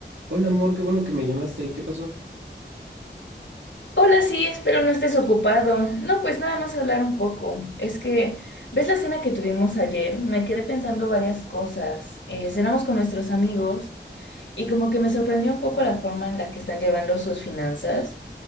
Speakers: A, on the right; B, on the left.
A: Hola amor, qué bueno que me llamaste. ¿Qué pasó?
B: Hola, sí, espero no estés ocupado. No, pues nada más hablar un poco. Es que, ¿ves la cena que tuvimos ayer? Me quedé pensando varias cosas. Eh, cenamos con nuestros amigos y como que me sorprendió un poco la forma en la que están llevando sus finanzas.